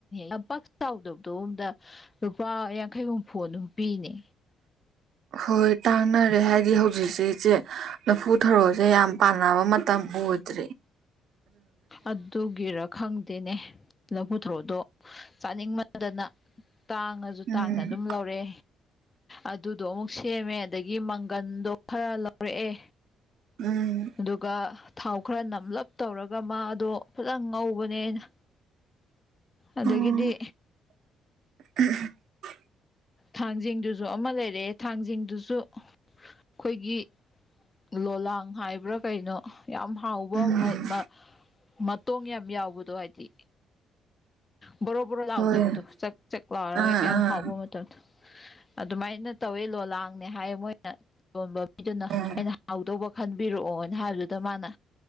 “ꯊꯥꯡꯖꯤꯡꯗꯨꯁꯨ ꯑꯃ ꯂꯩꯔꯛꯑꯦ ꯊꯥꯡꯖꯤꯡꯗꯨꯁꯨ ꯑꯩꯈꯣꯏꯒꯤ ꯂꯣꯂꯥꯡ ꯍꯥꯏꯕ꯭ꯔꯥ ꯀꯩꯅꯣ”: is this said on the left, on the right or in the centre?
Left